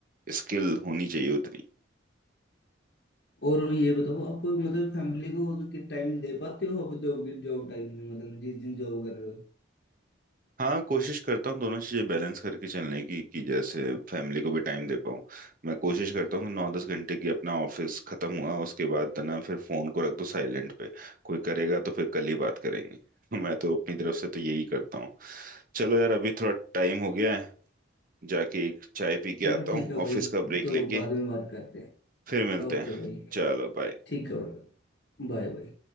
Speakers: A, on the right (about 45°); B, on the left (about 55°).
A: स्किल होनी चाहिए उतनी
B: और ये बताओ आप मतलब फैमिली को तो कि टाइम दे पाते हो आप जॉब के जॉब टाइम में मतलब जिस दिन जॉब कर रहे हो
A: हाँ कोशिश करता हूँ दोनों चीज़ें बैलेंस करके चलने की कि जैसे फैमिली को भी टाइम दे पाऊँ मैं कोशिश करता हूँ कि नौ दस घंटे की अपना ऑफिस खत्म हुआ उसके बाद ना फिर फोन को रख दो साइलेंट पे कोई करेगा तो फिर कल ही बात करेंगे <laughs> तो मैं तो अपनी तरफ से तो यही करता हूँ चलो यार अभी थोड़ा टाइम हो गया है जाके एक चाय पी के
B: चलो
A: आता हूँ
B: ठीक है
A: ऑफिस
B: भाई
A: का ब्रेक
B: तो
A: लेके
B: बाद में बात करते हैं
A: फिर मिलते
B: ओके
A: हैं
B: भाई
A: चलो बाय
B: ठीक है भाई Bye bye